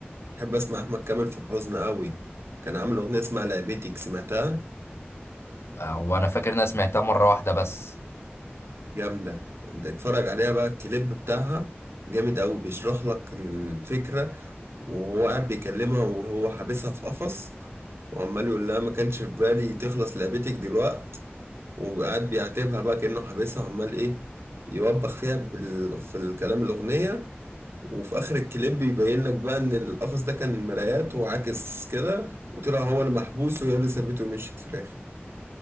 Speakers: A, on the right; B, on the left.
A: بحب اسمع احمد كامل في الحزن قوي كان عامل اغنيه اسمها لعبتك سمعتها
B: آه، وانا فاكر إن انا سمعتها مره واحده بس
A: جامده انت اتفرج عليها بقى الكليب بتاعها جامد قوي بيشرح لك الفكره وهو قاعد بيكلمها وهو حابسها في قفص وعمال يقول لها ما كانش في بالي تخلص لعبتك دلوقت وقاعد بيعاتبها بقى كأنه حابسها وعمال ايه يوبخ فيها بال... في الكلام الأغنية وفي اخر الكليب بيبين لك بقى ان القفص ده كان مرايات وعاكس كده وطلع هو المحبوس وهي اللي سابته ومشيت في الاخر